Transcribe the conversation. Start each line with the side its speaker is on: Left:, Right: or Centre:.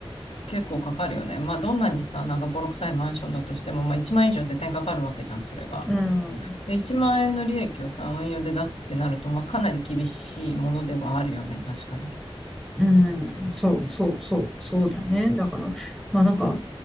Left: 結構かかるよね。まあ、どんなにさ、なんかボロ臭いマンションだとしても、まあ、1万円以上絶対かかるわけじゃん、それが。
Centre: うん、
Left: で、1万円の利益をさ、運用で出すってなると、まあ、かなり厳しいものではあるよね、確かに。
Centre: うん、そうそうそう、そうだね。だから、まあなんか、